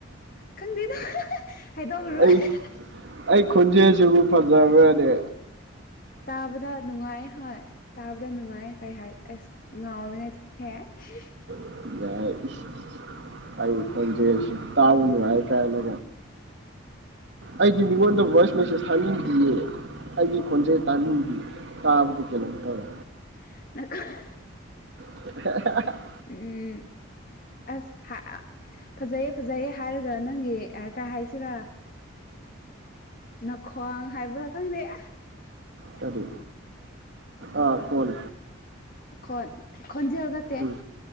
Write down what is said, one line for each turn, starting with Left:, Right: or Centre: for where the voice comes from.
Left: ꯑꯁ ꯈꯪꯗꯦꯗ <unintelligible> ꯍꯥꯏꯗꯣꯛꯔꯔꯣꯏ
Right: ꯑꯩ
Left: <unintelligible>
Right: ꯑꯩ ꯈꯣꯟꯖꯦꯜꯁꯤꯕꯨ ꯐꯥꯖꯕꯔꯅꯦ
Left: ꯇꯥꯕꯗ ꯅꯨꯡꯉꯥꯏ ꯍꯣꯏ ꯇꯥꯕꯗ ꯅꯨꯡꯉꯥꯏ ꯀꯩ ꯍꯥꯏ ꯑꯩꯁ <unintelligible>
Right: <unintelligible> ꯑꯩ ꯈꫭꯟꯖꯦꯜꯁꯤꯕꯨ ꯇꯥꯕ ꯅꯨꯡꯉꯥꯏꯀꯥꯏꯅ ꯑꯩꯗꯤ ꯃꯤꯉꯣꯟꯗ ꯚꯣꯏꯁ ꯃꯦꯁꯦꯁ ꯊꯅꯤꯡꯗ꯭ꯔꯤꯌꯦ ꯑꯩꯒꯤ ꯈꯣꯟꯖꯦꯜ ꯇꯥꯅꯤꯡꯗꯦ ꯇꯥꯕꯗ ꯀꯩꯅꯣꯝ ꯇꯧꯋꯦ
Left: <unintelligible>
Right: <unintelligible>
Left: ꯎꯝ ꯑꯁ <unintelligible> ꯐꯖꯩꯌꯦ ꯐꯖꯩꯌꯦ ꯍꯥꯏꯔꯒ ꯅꯪꯒꯤ ꯀꯩ ꯍꯥꯏꯁꯤꯔꯥ ꯅꯈ꯭ꯋꯥꯡ ꯍꯥꯏꯕ꯭ꯔꯥ ꯈꯪꯗꯦ ꯑꯦ
Right: ꯀꯔꯤ ꯑꯥ ꯈꯣꯟ
Left: ꯈꯣꯟ ꯈꯣꯟꯖꯦꯜ ꯅꯠꯇꯦ
Right: ꯎꯝ